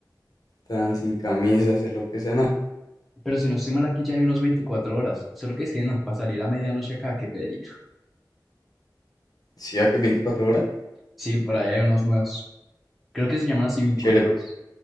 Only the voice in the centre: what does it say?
Pero si no estoy mal aquí ya hay unos veinticuatro horas. Solo que es que no, para salir a medianoche acá, qué peligro.
Sí, por ahí hay unos nuevos. Creo que se llaman así 24
horas.